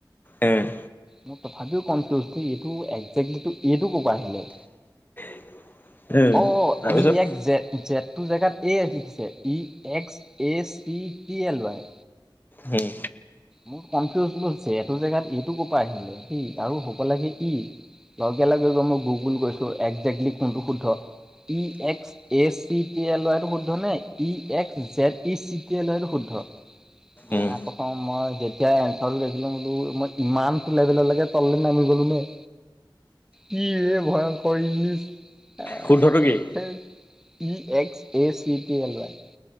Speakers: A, on the left; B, in the centre.
A: উম
B: মোৰ তথাপিও কনফিউজ এইটো একজেক্টলি এইটো কপা আহিলে।
A: <unintelligible>
B: অ
A: তাৰপিছত
B: ই এক্স জেদ জেদ টোৰ জেগাত এ লিখিছে E X. A C T L Y.
A: উম।
B: মোৰ কনফিউজ বোলো যেটো জেগাত এইটো কপা আহিলে দেই আৰু হ'ব লাগে ই। ঘৰ গৈ মই গুগুল গৈছো একজেক্টলি কোনটো শুদ্ধ, E X A C T A L ৱাইটো শুদ্ধ নে, E X Z E C T A এইটো শুদ্ধ। মা
A: উম
B: কচম মই যেতিয়া এনচাৰটো দেখিলো বোলো মই ইমানটো লেভেলকে তললে নামি গলোঁ নে কি এ ভয়ংকৰ English
A: শুদ্ধটো কি
B: E X A C T L Y.